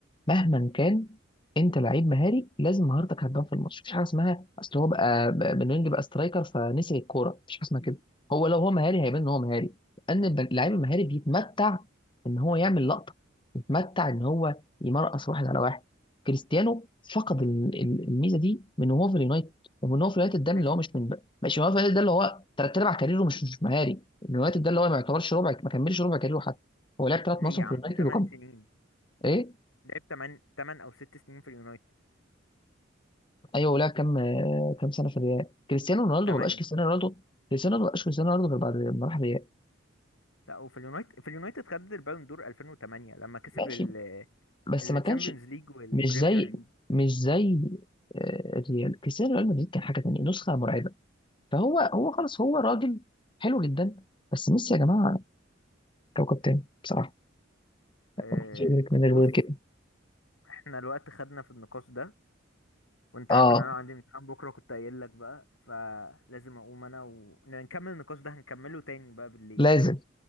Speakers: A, on the left (about 25°); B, on the left (about 85°).
A: مهما كان انت لعيب مهاري لازم مهارتك هتبان في الماتش مفيش حاجه اسمها اصل هو بقى بقى بنينج بقى سترايكر فنسي الكوره مفيش حاجه اسمها كده هو لو هو مهاري هيبان ان هو مهاري لان الب- اللعيب المهاري بيتمتع ان هو يعمل لقطه بيتمتع ان هو يمرقص واحد على واحد كريستيانو فقد ال- ال- الميزه دي من وهو في اليونايتد ومن وهو في اليونايتد ده
B: ماشي
A: من اللي هو مش من بقى مش من هو في اليونايتد ده اللي هو تلات ارباع كاريره مش مش مهاري اليونايتد ده اللي هو ما يعتبرش ربع ما كملش ربع كاريره حتى هو لعب ثلاث
B: ليه
A: مواسم
B: يا عم
A: في اليونايتد
B: 8
A: وكم
B: سنين
A: ايه
B: لعب 8 8 او 6 سنين في اليونايتد
A: ايوه ولعب كام آه، كام سنه في الريال كريستيانو رونالدو
B: 8
A: ما بقاش كريستيانو رونالدو كريستيانو رونالدو ما بقاش كريستيانو رونالدو غير بعد ما راح الريال
B: لا وفي اليونايتد في اليونايتد خد البالون دور 2008 لما كسب
A: ماشي
B: ال
A: بس
B: الشامبيونز
A: ما كانش
B: ليج والبريمير
A: مش زي
B: ليج
A: مش زي آه، الريال كريستيانو ريال مدريد كان حاجه تانية نسخه مرعبه فهو هو خلاص هو راجل حلو جدا بس ميسي يا جماعه كوكب تاني بصراحه
B: آه،
A: ما حدش يدرك منه
B: بص
A: غير كده
B: احنا الوقت خدنا في النقاش ده وانت
A: اه
B: عارف ان انا عندي امتحان بكره كنت قايل لك بقى فلازم اقوم انا ونكمل النقاش ده هنكمله تاني بقى بالليل
A: لازم